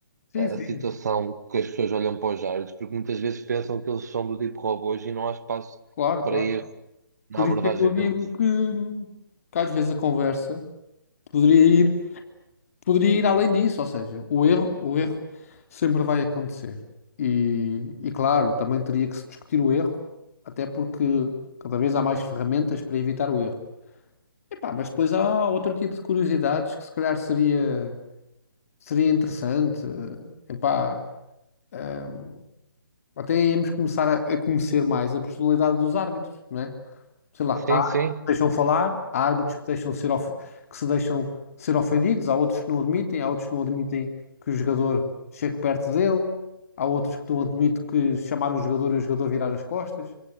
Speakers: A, on the left (about 40°); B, on the right (about 50°).
A: Sim,
B: a,
A: sim,
B: a situação que as pessoas olham para os árbitros, porque muitas vezes pensam que eles são do tipo robôs e não há espaço
A: claro,
B: para
A: claro.
B: erro na
A: Por
B: abordagem
A: isso é que eu digo
B: deles.
A: que, que às vezes a conversa poderia ir, poderia ir além disso, ou seja, o erro, o erro sempre vai acontecer. E, e claro, também teria que se discutir o erro, até porque cada vez há mais ferramentas para evitar o erro. Epá, mas depois há outro tipo de curiosidades que se calhar seria, seria interessante. Epá, eh, até íamos começar a, a conhecer mais a personalidade dos árbitros, não é? sei lá,
B: Sim,
A: há árbitros
B: sim,
A: que deixam falar, há árbitros que deixam ser of- que se deixam ser ofendidos, há outros que não admitem, há outros que não admitem que o jogador chegue perto dele, há outros que não admitem que chamar o jogador e o jogador virar as costas.